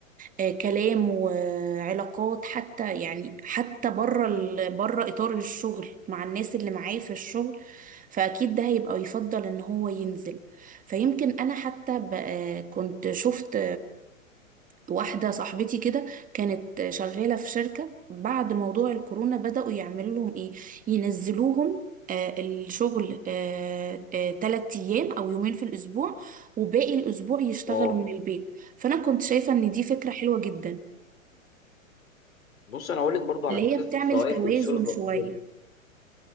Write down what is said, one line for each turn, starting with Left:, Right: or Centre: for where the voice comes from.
Right: آه، كلام وعلاقات حتى يعني حتى بره ال... بره اطار الشغل مع الناس اللي معاه في الشغل فاكيد ده هيبقى يفضل ان هو ينزل فيمكن انا حتى ب... آه، كنت شفت واحده صاحبتي كده كانت شغاله في شركه بعد موضوع الكورونا بداوا يعملوا لهم ايه ينزلوهم آه، الشغل آه، آه، تلات أيام أو يومين في الأسبوع وباقي الأسبوع يشتغلوا
Left: اه
Right: من البيت فأنا كنت شايفة إن دي فكرة حلوة جدا
Left: بص انا هقول لك برضو على
Right: اللي
Left: فكره
Right: هي بتعمل
Left: فوائد
Right: توازن
Left: الشغل في
Right: شوية
Left: الأونلاين